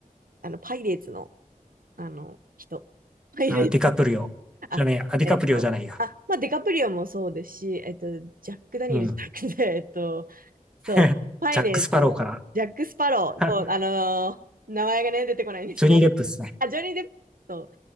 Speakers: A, on the right; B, in the centre.
A: あの、パイレーツの、あの、人。<laughs> パイレーツの、
B: あ、ディカプリオ。
A: あ、
B: じゃねえや、あ、ディカプリオじゃないや。
A: えっと、あ、まあ、デカプリオもそうですし、えっと、ジャック・ダニエルじゃなくて、
B: うん。
A: <laughs> えっと、
B: <laughs>
A: そう、パイレーツのジャック・
B: ジャック・スパローから
A: スパロー、そう、
B: <laughs>
A: あのー名前がね、出てこないんですけど、
B: ジョニー・デップですね。
A: あ、ジョニー・デップそう